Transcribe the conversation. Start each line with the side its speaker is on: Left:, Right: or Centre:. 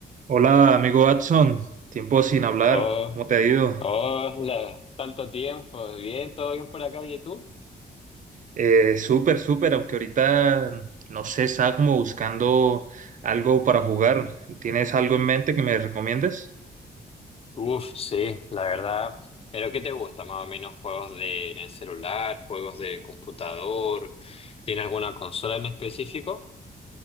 Right: Hola, amigo Watson. Tiempo sin hablar.
Left: Oh,
Right: ¿Cómo te ha ido?
Left: oh, la- tanto tiempo. Bien, todo bien por acá. ¿Y tú?
Right: Eh, súper, súper, aunque ahorita, no sé, estaba como buscando algo para jugar. ¿Tienes algo en mente que me recomiendes?
Left: Uf, sí, la verdad. ¿Pero qué te gusta más o menos? ¿Juegos de en el celular? ¿Juegos de computador? ¿Tiene alguna consola en específico?